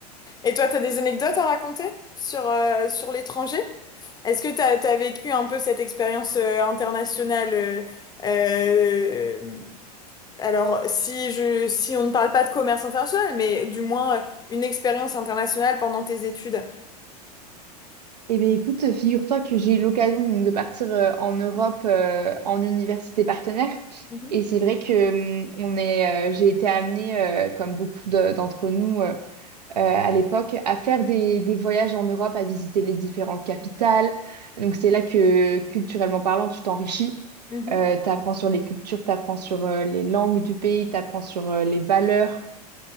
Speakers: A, on the left; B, on the right.
A: Et toi, tu as des anecdotes à raconter sur, euh, sur l'étranger? Est-ce que tu as, vécu un peu cette expérience euh, internationale euh, euh, Alors, si je, si on ne parle pas de commerce international, mais du moins euh, une expérience internationale pendant tes études.
B: Eh bien, écoute, figure-toi que j'ai eu l'occasion donc, de partir euh, en Europe euh, en université partenaire.
A: Mhm.
B: Et c'est vrai que hum, on est, euh, j'ai été amenée, euh, comme beaucoup de- d'entre nous, euh, euh, à l'époque à faire des, des voyages en Europe, à visiter les différentes capitales. Donc c'est là que, culturellement parlant, tu t'enrichis.
A: Mhm.
B: Euh, t'apprends sur les cultures, t'apprends sur euh, les langues du pays, t'apprends sur euh, les valeurs